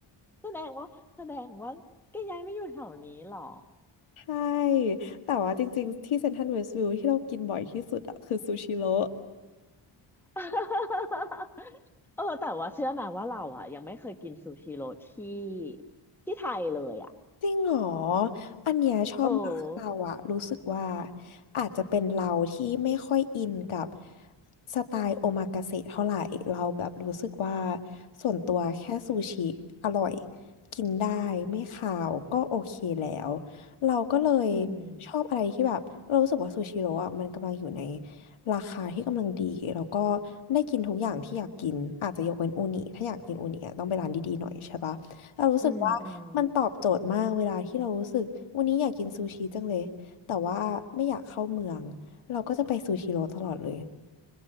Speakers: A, in the centre; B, on the left.
A: แสดงว่าแสดงว่าแกย้ายไม่อยู่แถวนี้หรอ
B: ใช่แต่ว่าจริงๆ ที่เซ็นทรัลเวสต์วิวที่เรากินบ่อยที่สุดอะคือซูชิโร่
A: <laughs> เออแต่ว่าเชื่อไหมว่าเราอ่ะยังไม่เคยกินซูชิโร่ที่ที่ไทยเลยอ่ะ
B: จริงเหรอ อันเนี้ยชอบมากคือเราอะรู้สึกว่า
A: เออ
B: อาจจะเป็นเราที่ไม่ค่อยอินกับสไตล์โอมากาเสะเท่าไหร่เราแบบรู้สึกว่าส่วนตัวแค่ซูชิอร่อยกินได้ไม่คาวก็โอเคแล้ว เราก็เลย
A: อืม
B: ชอบอะไรที่แบบเรารู้สึกว่าซูชิโร่อะมันกำลังอยู่ในราคาที่กำลังดีแล้วก็ได้กินทุกอย่างที่อยากกินอาจจะยกเว้นอูนิถ้าอยากกินอูนิอะต้องไปร้านดีๆหน่อยใช่ปะ เรารู้สึกว่ามันตอบโจทย์มากเวลาที่เรารู้สึกวันนี้อยากกินซูชิจังเลยแต่ว่าไม่อยากเข้าเมือง
A: อืมอืม
B: เราก็จะไปซูชิโร่ตลอดเลย